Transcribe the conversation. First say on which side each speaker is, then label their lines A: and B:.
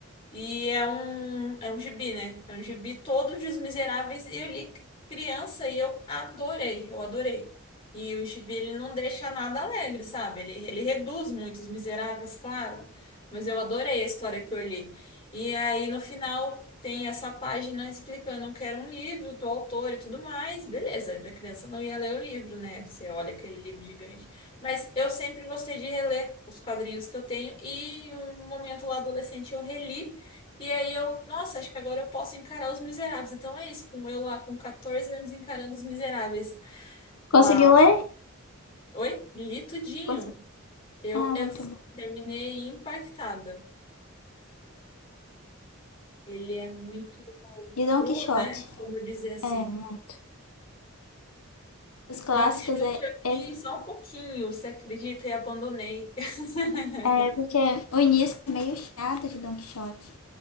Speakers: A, on the left; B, on the left.
A: E é um, é um gibi, né? É um gibi todo de Os Miseráveis. E eu li criança e eu adorei, eu adorei. E o gibi, ele não deixa nada alegre, sabe? Ele, ele reduz muito Os Miseráveis, claro. Mas eu adorei a história que eu li. E aí, no final, tem essa página explicando que era um livro do autor e tudo mais. Beleza, a criança não ia ler o livro, né? Você olha aquele livro gigante. Mas eu sempre gostei de reler os quadrinhos que eu tenho. E em um momento lá adolescente eu reli. E aí eu, nossa, acho que agora eu posso encarar Os Miseráveis. Então é isso, com eu lá com 14 anos encarando Os Miseráveis.
B: Conseguiu
A: Uau.
B: ler?
A: Oi? Li tudinho.
B: Consegui.
A: Eu,
B: Ah,
A: eu
B: muito bom.
A: terminei impactada. Ele é muito
B: E Don
A: cru,
B: Quixote.
A: né? Como dizer assim.
B: É, muito. Os clássicos
A: Dom Quixote
B: é,
A: eu
B: é,
A: li só um pouquinho, você acredita? E abandonei. <laughs>
B: é porque o início é meio chato de Don Quixote.